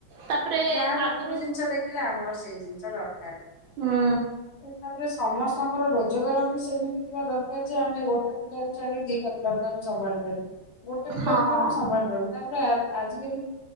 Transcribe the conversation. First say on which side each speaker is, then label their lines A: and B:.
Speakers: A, on the right; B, on the left.
A: ତାପରେ
B: ଯାହାର
A: ଆଗରୁ
B: ଯୋଉ ଜିନିଷ ଦେଖିଲେ ଆମର ସେଇ ଜିନିଷ ଦରକାର
A: ହୁଁ
B: ତାପରେ ସମସ୍ତଙ୍କର ରୋ ଯଗାର ବି ସେମିତି ଥିବା ଦରକାର ଯେ ଆମେ ଗୋଟେ ପିଲା ଛାଡିକି ଆମେ ଦିଟା ପିଲାଙ୍କୁ ଆମେ ସମ୍ଭାଳିବୁ ଗୋଟେ ପିଲାକୁ
A: ହଁ
B: ତ ଆମେ ସମ୍ଭାଳି ପାରୁନୁ ତାପରେ ଆ ଆଜି ସ୍କୁଲ